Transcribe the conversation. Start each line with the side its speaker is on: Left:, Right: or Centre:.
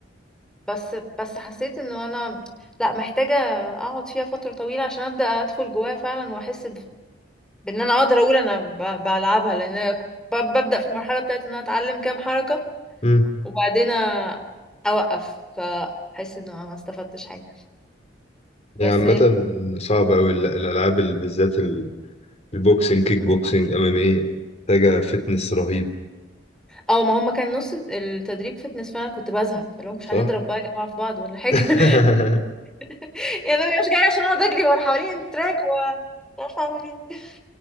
Centre: بس بس حسيت انه انا لا محتاجه اقعد فيها فتره طويله عشان ابدا ادخل جواها فعلا واحس بان انا اقدر اقول انا ب- بلعبها لان أنا ك- ب- ببدا في المرحله بتاعت ان انا اتعلم كام حركه
Left: مم.
Centre: وبعدين أ- اوقف فاحس ان انا ما استفدتش حاجه بس
Left: هي عامة
Centre: يمكن
Left: صعبة أوي ال- الألعاب ال- بالذات ال- البوكسينج كيك بوكسينج أمام إيه محتاجة فتنس رهيب
Centre: اه ما هم كان نص التدريب فتنس فانا كنت بزهق فلو مش
Left: صح؟
Centre: هنضرب بقى يا جماعه في بعض ولا حاجه
Left: <laughs>
Centre: <laughs> يعني انا مش جايه عشان اقعد اجري ورا حوالين التراك ومش عارفه اعمل ايه